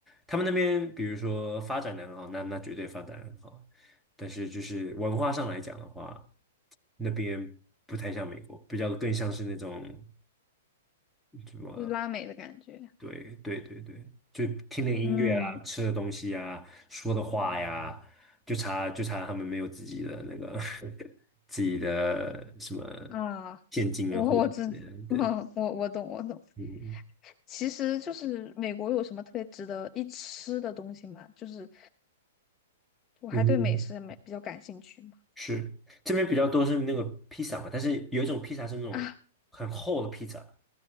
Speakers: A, in the centre; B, on the left.
A: 他们那边比如说发展的很好，那那绝对发展得很好，但是就是文化上来讲的话，那边不太像美国，比较更像是那种。什么。
B: 就是拉美的感觉。
A: 对对对对，就听点音乐啊，
B: 嗯
A: 吃的东西啊，说的话呀，就差就差他们没有自己的那个 <laughs> 自己的什么
B: 啊，
A: 现金啊货币之类的对，
B: 我我知，<laughs> 嗯，我我懂我懂。
A: 嗯
B: 其实就是美国有什么特别值得一吃的东西吗？就是我还对美食美比较感兴趣嘛。
A: 嗯哼是这边比较多是那个披萨嘛，但是有一种披萨是那种很厚的披萨，
B: 啊，